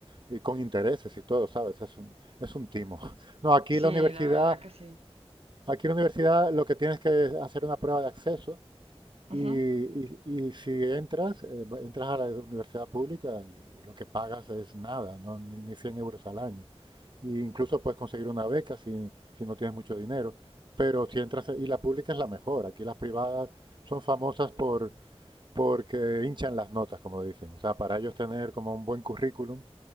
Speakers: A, on the right; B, on the right.
A: y con intereses y todo, ¿sabes? Es un, es un timo. <laughs> No, aquí
B: Sí,
A: la universidad,
B: la verdad que Sí. sí.
A: aquí la universidad lo que tienes que hacer una prueba de acceso
B: Ujú.
A: y, y- y si entras, eh, va- entras a la universidad pública y lo que pagas es nada, ¿no? Ni, ni 100 euros al año. E incluso puedes conseguir una beca si, si no tienes mucho dinero. Pero si entras, a- y la pública es la mejor. Aquí las privadas son famosas por, porque hinchan las notas, como dicen. O sea, para ellos tener como un buen currículum.